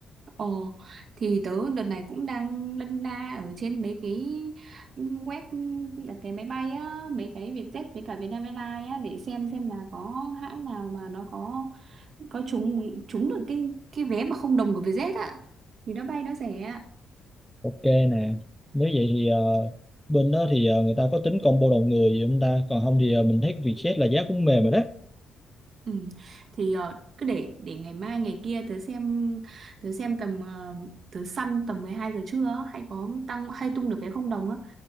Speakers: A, on the right; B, in the centre.
A: Ồ, thì tớ đợt này cũng đang lân la ở trên mấy cái web đặt vé máy bay á, mấy cái Vietjet với cả Vietnam Airlines á để xem xem là có hãng nào mà nó có có trúng trúng được cái cái vé mà không đồng của Vietjet á thì nó bay nó rẻ ạ.
B: Ok nè, nếu vậy thì ờ, bên đó thì ờ, người ta có tính combo đầu người gì không ta? Còn không thì ờ, mình thấy Vietjet là giá cũng mềm rồi đó.
A: Ừ. Thì ờ, cứ để để ngày mai ngày kia tớ xem tớ xem tầm ờ, tớ săn tầm 12 giờ trưa á, hay có tăng hay tung được vé không đồng á